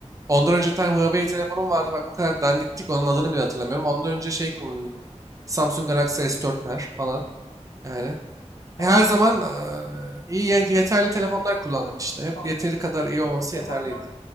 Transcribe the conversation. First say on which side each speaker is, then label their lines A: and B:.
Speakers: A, on the right; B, on the left.
A: Ondan önce bir tane Huawei telefonum vardı. Bak o kadar dandiktik onun adını bile hatırlamıyorum. Ondan önce şey kullanıyordum. Samsung Galaxy S4'ler falan
B: Aha.
A: yani.
B: Abi
A: E, her zaman eee, iyi ye- yeterli telefonlar kullandım işte. Hep
B: bak
A: yeteri kadar
B: son
A: iyi olması
B: zamanda
A: yeterliydi.